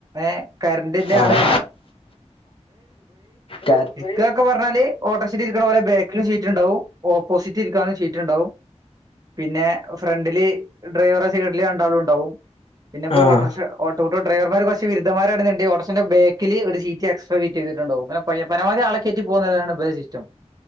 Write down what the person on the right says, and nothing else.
ഏ കരന്റിന്റെണ്
സാനം
ക്കക പറഞ്ഞാല് ഓട്ടോർഷില് ഇരിക്ക്‌ണപോലെ ബാക്കിലും സീറ്റ്ണ്ടാവും ഓപ്പോസിറ്റ് രിക്കാനും സീറ്റ്ണ്ടാവും. പിന്നെ ഫ്രണ്ട് ല് ഡ്രൈവറെ സൈഡില് രണ്ടാളുണ്ടാവും പിന്നെപ്പൊ
ഓട്ടോർഷ ഓട്ടോ ഡ്രൈവർമാർ കുർച് വിരുധമാരണ്ന്ന്ണ്ടെ ഓട്ടോർഷന്റെ ബാക്കില് ഒരു സീറ്റ് എക്സ്ട്രാ ഫിറ്റ് ചെയ്തിട്ടുണ്ടാവും പയ പനവ ആളക്കെറ്റി പോകുന്നത്താണ് <unintelligible> സിസ്റ്റം